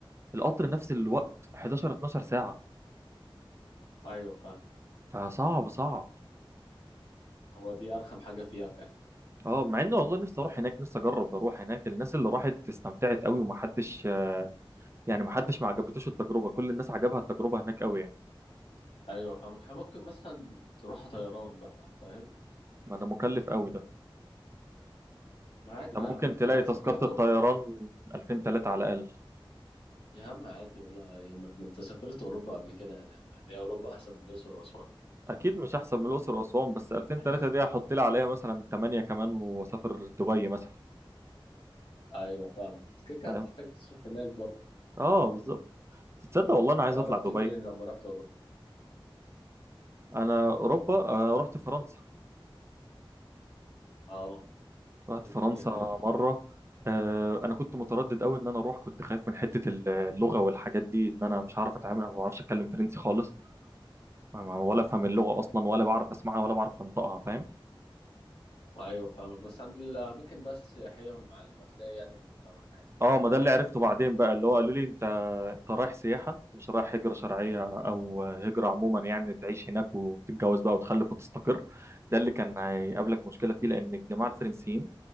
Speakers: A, on the right (about 30°); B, on the left (about 75°).
A: القطر نفس الوقت
B: مم.
A: 11 12 ساعة
B: ايوه فاهم
A: فصعب صعب
B: هو دي ارخم حاجه فيها فعلا
A: اه مع اني والله نفسي اروح هناك نفسي اجرب اروح هناك الناس اللي راحت استمتعت قوي ومحدش آه، يعني ما حدش ما عجبتوش التجربه كل الناس عجبها التجربه هناك قوي يعني
B: ايوه فاهمك إحنا ممكن مثلا تروح طيران بقى فاهم
A: ما ده مكلف قوي ده
B: ما عادي
A: انت
B: بقى يا
A: ممكن
B: عم انت
A: تلاقي تذكره
B: سافرت
A: الطيران 2000 3 على الاقل
B: يا عم عادي ولا يهمك ما انت سافرت اوروبا قبل كده يعني يا عم يعني هي اوروبا احسن من الاقصر واسوان
A: اكيد مش احسن من الاقصر واسوان بس 2000
B: <laughs>
A: 3 دي هحط لي عليها مثلا 8 كمان واسافر دبي مثلا
B: ايوه فاهمك انت كده كده
A: فاهم
B: هتحتاج تصرف هناك برضه
A: اه بالظبط تصدق والله انا
B: انت
A: عايز اطلع
B: رحت
A: دبي
B: فين لما رحت اوروبا
A: انا اوروبا آه رحت فرنسا
B: اه
A: رحت
B: إيه
A: فرنسا
B: الدنيا هناك
A: مره آه انا كنت متردد قوي ان انا اروح كنت خايف من حته اللغه والحاجات دي ان انا مش هعرف اتعامل ما بعرفش اتكلم فرنسي خالص ما- ما- ولا افهم اللغه اصلا ولا بعرف اسمعها ولا بعرف انطقها فاهم
B: ايوه فاهمك بس عند الاماكن بس السياحيه والمعالم هتلاقي يعني اللي يفهمك عادي
A: اه ما ده اللي عرفته بعدين بقى اللي هو قالوا لي انت انت رايح سياحه مش رايح هجره شرعيه او هجره عموما يعني تعيش هناك وتتجوز بقى وتخلف وتستقر ده اللي كان هيقابلك مشكله فيه لان الجماعه الفرنسيين